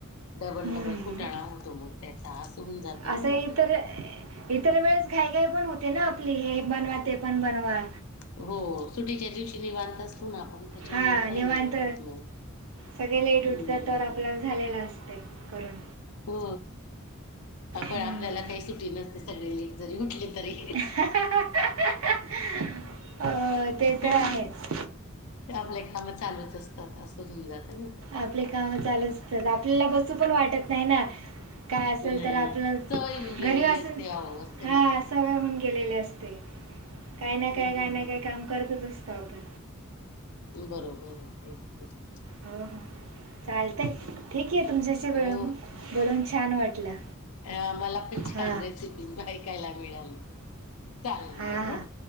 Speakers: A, on the left; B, on the right.
A: डबल,
B: हम्म.
A: डबल कुटाणा होतो मग त्याचा, असं होऊन जाते ना,
B: असं
A: मग
B: इतर
A: ते.
B: इतर वेळेस, घाई, घाई पण होते ना आपली, हे बनवा, ते पण बनवा.
A: हो, सुटीच्या दिवशी निवांत, असतो ना आपण. त्याच्यामुळे
B: हा,
A: काही
B: निवांत,
A: नाही वाटत मग.
B: सगळे लेट
A: हम्म
B: उठत तर, आपल्या झालेलं असतय. करण,
A: हो, पाप आपल्याला
B: हम्म
A: ते सुटी नसते, सगळे लेट जरी उठले तरी.
B: <unintelligible> ते तर
A: ह्म,
B: आहेच
A: आपले काम चालूच असतात, असं होऊन जातं ना.
B: आपले काम चालू असतात, आपल्याला बसू पण वाटत नाही ना. काय असल
A: नाही
B: तर आपलं,
A: सवय होऊन गेलेली
B: घरी असून,
A: असते अहो असते
B: हां.
A: ना.
B: सवय होऊन गेलेली असते, काही ना,
A: हम्म
B: काही
A: हम्म
B: ना,
A: हम्म
B: काही काम करतच असतो, आपण.
A: बरोबर ये तेच तेच.
B: हो हो, चालत, ठीक ये, तुमच्याशी बोलून,
A: हो.
B: बोलून छान वाटलं.
A: अं मला पण छान
B: हां
A: रेसिपी, ऐकायला मिळाली. चालेल
B: हां
A: मग हं,